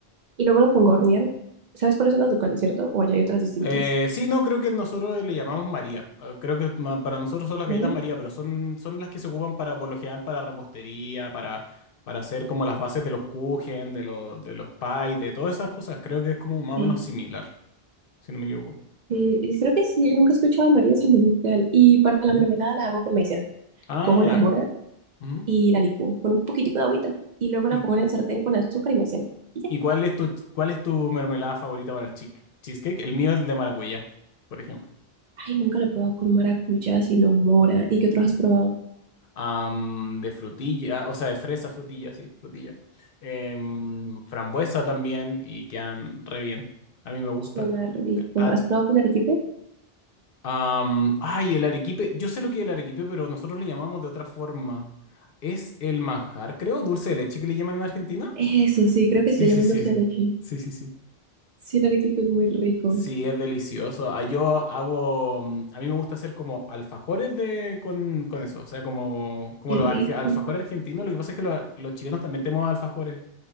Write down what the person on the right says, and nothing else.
y luego lo pongo a hornear. ¿Sabes cuáles son las ducales, cierto? O allá hay otras distintas.
María.
Sí.
Eh, y creo que sí, nunca he escuchado a María sin un ducal. Y para la
mermelada la hago con maicena.
Cojo la mora
y la licúo con un poquitico de agüita y luego
la pongo en el sartén con azúcar y maicena. Y ya.
Ay, nunca lo he probado con maracuyá, sino mora. ¿Y qué otros has probado?
Suena rico.
¿Has probado con arequipe?
Eso sí, creo que
sí le
llaman
dulce
de leche.
Sí, el arequipe es muy rico.
Qué
rico.